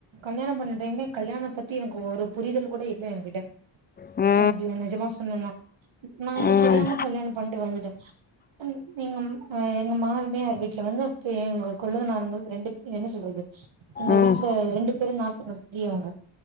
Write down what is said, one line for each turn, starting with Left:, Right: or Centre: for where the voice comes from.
Right: கல்யாணம் பண்ண டைமே கல்யாணம் பத்தி எனக்கு ஒரு புரிதல் கூட இல்ல என் கிட்ட
Left: ம்
Right: நா நெஜ் நெஜமா சொன்னேனா நா வந்து
Left: ம்
Right: தெரியாம கல்யாணம் பண்ட்டு வந்துட்ட ம் எங்கம்மா அ எங்க மாமியார் வீட்ல வந்து அப்ப எங்க கொல்லை நார்ங்கள் ரெண்டு என்ன சொல்றது எங்க
Left: ம்
Right: வீட்ல ரெண்டு பேரும் நாத்தனார் பெரியவ்ங்க